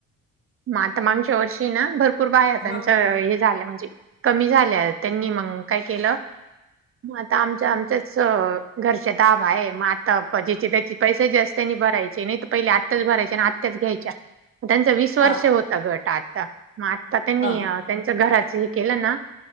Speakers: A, on the right (about 45°); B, on the left (about 35°).
A: मग आता मांगच्या वर्षी हे ना भर भरपूर बाया त्यांचा
B: ह
A: हे झाल्या म्हणजे कमी झाल्या. त्यांनी मंग काय केलं मग आता आमच्या आमच्याच अं घरच्या दाभ आहे मग आता प ज्याचे त्याचे पैसे जे असते नी भरायचे नाही तर पहिले आत्ताच भरायचे आणि आत्ताच घ्यायच्या. त्यांचा वीस वर्ष
B: हा हा
A: होता गट आता, मग आता त्यांनी
B: हा
A: अ त्यांच घराच हे केलं ना